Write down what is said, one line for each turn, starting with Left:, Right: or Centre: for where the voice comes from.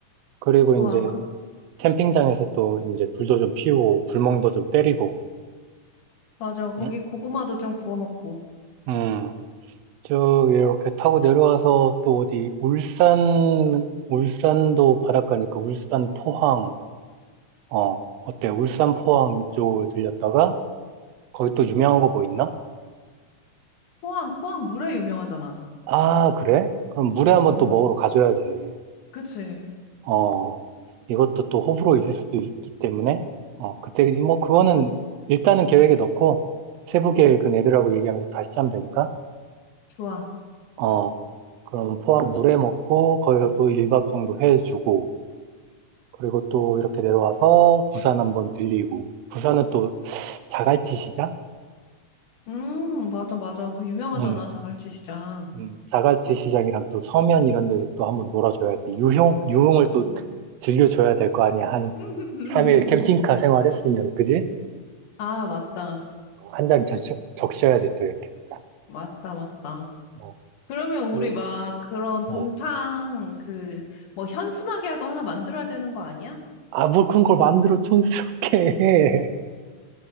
Right: 그리고
Left: 좋아.
Right: 이제
Left: 그,
Right: 캠핑장에서 또 이제 불도 좀 피우고, 불멍도 좀 때리고,
Left: 맞아. 거기
Right: 응?
Left: 고구마도 좀 구워 먹고.
Right: 음, 쭉 이렇게 타고 내려와서 또 어디, 울산, 울산도 바닷가니까 울산 포항, 어, 어때? 울산 포항 쪽을 들렸다가, 거기 또 유명한 거 뭐 있나?
Left: 포항, 포항 물회 유명하잖아.
Right: 아, 그래? 그럼 물회 한번
Left: 응.
Right: 또 먹으러 가줘야지.
Left: 그치.
Right: 어, 이것도 또 호불호 있을 수도 있기 때문에, 어, 그때, 뭐, 그거는 일단은 계획에 넣고, 세부 계획은 애들하고 얘기하면서 다시 짜면 되니까,
Left: 좋아.
Right: 어, 그럼 포항 물회 먹고, 거기서 또 1박 정도 해주고, 그리고 또 이렇게 내려와서 부산 한번 들리고, 부산은 또 자갈치 시장?
Left: 음, 맞아, 맞아. 그 유명하잖아.
Right: 음,
Left: 자갈치 시장.
Right: 음, 자갈치 시장이랑 또 서면 이런 데도 또 한번 놀아줘야지. 유흥, 유흥을 또
Left: 음.
Right: 즐겨줘야 될 거 아니야. 한
Left: <laughs>
Right: 3일 캠핑카 생활했으면, 그지?
Left: 아, 맞다.
Right: 한 장 적셔야지 또 이렇게 딱.
Left: 맞다, 맞다.
Right: 어,
Left: 그러면 우리
Right: 그,
Left: 막 그런
Right: 어.
Left: 동창 그 뭐 현수막이라도 하나 만들어야 되는 거 아니야?
Right: 아, 뭐 그런 걸 만들어 촌스럽게 해.